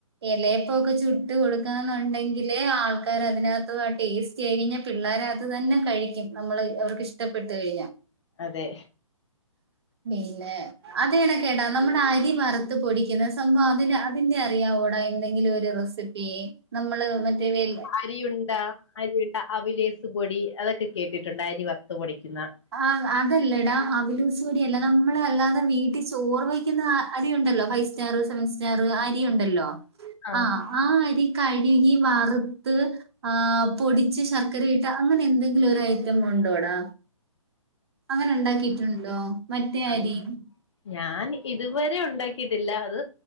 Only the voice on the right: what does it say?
എലയേപ്പോക്കെ ചുട്ട് കൊടുക്കാന്നുണ്ടെങ്കില് ആൾക്കാര അതിനകത്ത് ആ ടേസ്റ്റ് കഴിഞ്ഞ പിള്ളേരെ അത് തന്നെ കഴിക്കും നമ്മള് അവർക്ക് ഇഷ്ടപ്പെട്ടു കഴിഞ്ഞാ.
പിന്നെ അതണക്ക് എടാ നമ്മുടെ അരി വറുത്ത് പൊടിക്കുന്നത് സംഭവ അതിന് അതിന്റെ അറിയാംവൊടാ എന്തെങ്കിലും ഒരു റെസിപ്പി നമ്മള് മറ്റേ വെൽ-
ആഹ് അതല്ലെടാ അവലൂസ് പൊടിയല്ല നമ്മള് അല്ലാതെ വീട്ടിൽ ചോറ് കഴിക്കുന്ന അരി ഉണ്ടല്ലോ? ഫൈവ് സ്റ്റാർ സെവൻ സ്റ്റാർ അരിയ ഉണ്ടല്ലോ.
ആഹ് ആഹ് അരി കഴുകി വറുത്ത് ആഹ് പൊടിച്ച് ശർക്കര ഇട്ട, അങ്ങനെ എന്തെങ്കിലു ഒരു ഐറ്റം ഉണ്ടോടാ? അങ്ങനെ ഉണ്ടാക്കിട്ടുണ്ടോ മറ്റേ
അരി